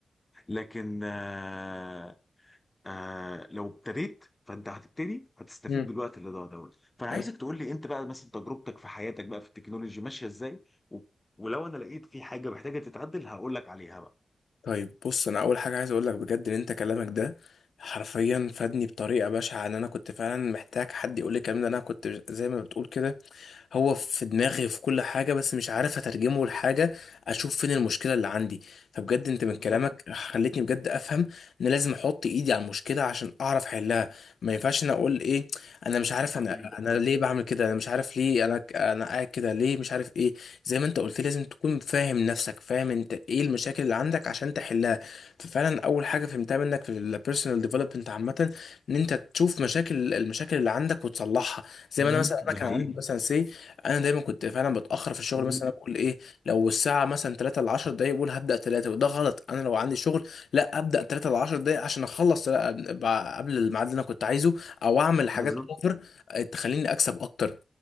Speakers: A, on the left; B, on the left.
A: لكن آه... آه... لو ابتديت فانت هتبتدي هتستفيد
B: امم
A: بالوقت اللي ضاع دوت فانا عايزك
B: أي-
A: تقول لي انت بقى مثلا تجربتك في حياتك بقى في التكنولوجي ماشيه ازاي و... ولو انا لقيت في حاجه محتاجه تتعدل هقول لك عليها بقى
B: طيب بص انا اول حاجه عايز اقول لك بجد ان انت كلامك ده حرفيا فادني بطريقه بشعه ان انا كنت فعلا محتاج حد يقول لي الكلام ده انا كنت زي ما بتقول كده هو في دماغي في كل حاجة بس مش عارف أترجمه لحاجة أشوف فين المشكلة اللي عندي فبجد أنت من
A: بالظبط
B: كلامك خلتني بجد أفهم إن لازم أحط إيدي على المشكلة عشان أعرف أحلها ما ينفعش أنا أقول
A: <laughs>
B: إيه أنا مش عارف
A: حقيقي
B: أنا
A: والله
B: أنا ليه بعمل كده أنا مش عارف ليه أنا أنا قاعد كده ليه مش عارف إيه زي ما أنت قلت لي، لازم تكون فاهم نفسك فاهم أنت إيه المشاكل اللي عندك عشان تحلها ففعلا أول حاجة فهمتها منك في البيرسونال ديفلوبمنت عامة ان انت تشوف مشاكل المشاكل اللي عندك وتصلحها زي
A: مم.
B: ما انا مثلا
A: ده
B: انا كان
A: حقيقي
B: عندي مثلا سي انا دايما كنت فعلا بتاخر في الشغل
A: مم.
B: مثلا بقول ايه لو الساعه مثلا 3 ل 10 دقايق بقول هبدا 3 وده غلط انا لو عندي شغل لا ابدا 3 ل 10 دقايق عشان اخلص لا أب- قبل الميعاد اللي انا كنت عايزه او اعمل حاجات
A: بالظبط
B: اوفر آه، تخليني اكسب اكتر